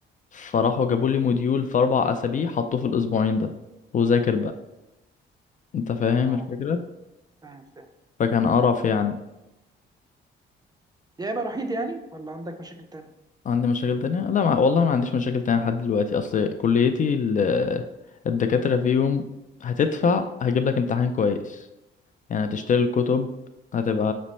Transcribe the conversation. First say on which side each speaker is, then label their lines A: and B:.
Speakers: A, on the left; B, on the right.
A: فراحوا جابوا لي موديول في أربع أسابيع حطوه في الأسبوعين ده وذاكر بقى انت فاهم
B: أه
A: الفكرة
B: فاهم فاهم
A: فكان قرف يعني
B: دي عيبة الوحيدة يعني ولا عندك مشاكل تانية؟
A: عندي مشاكل تانية لا مع... والله ما عنديش مشاكل تانية لحد دلوقتي أصل كليتي ال... الدكاترة فيهم هتدفع هجيب لك امتحان كويس يعني تشتري الكتب هتبقى